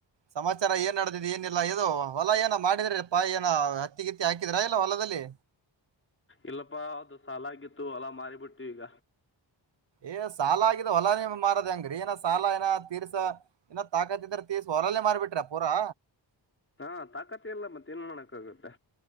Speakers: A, on the right; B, on the left.
A: ಸಮಾಚಾರ ಏನ್ಡದಿದೆ ಏನಿಲ್ಲ ಇದು ಹೊಲ ಏನ ಮಾಡಿದ್ರೆ ಪಾಯ ಏನ ಹತ್ತಿಗಿತ್ತಿ ಹಾಕಿದ್ರಾ ಇಲ್ಲ ಹೊಲದಲ್ಲಿ
B: ಇಲ್ಲಪ್ಪಾ ಅದು ಸಾಲ ಆಗಿತ್ತುಲ್ಲಾ ಮಾರಿ ಬಿಟ್ಟಿವ ಈಗ
A: ಏ ಸಾಲ ಆಗಿದ ಹೊಲಾನೇ ಮಾರದ ಹೆಂಗ್ಗ್ರಿ ಏನ ಸಾಲ ಏನ ತೀರ್ಸ ಏ ತಾಕತ್ತಿದ್ರ ತೀರ್ಸ ಹೊಲಾನೇ ಮಾರ್ಬಿಟ್ರ ಪೂರಾ
B: ಹಾ ತಾಕತಿ ಎಲ್ಲ ಮತ್ತೆ ನ್ ಮಾಡೋಕ್ಕ ಆಗತ್ತೆ